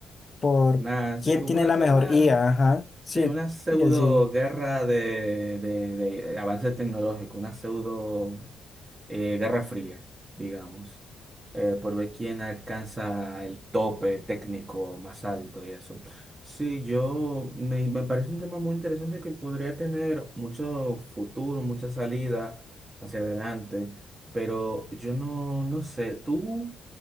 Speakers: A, on the left; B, on the right.
A: por
B: Nada, sí,
A: quién
B: como
A: tiene
B: una,
A: la mejor
B: una
A: IA, ajá,
B: Sí,
A: sí,
B: una pseudo
A: y así.
B: guerra de, de- de avances tecnológicos, una pseudo eh, guerra fría, digamos, eh, por ver quién alcanza el tope técnico más alto y eso. Sí, yo me, me parece un tema muy interesante que podría tener mucho futuro, mucha salida hacia adelante, pero yo no, no sé, tú.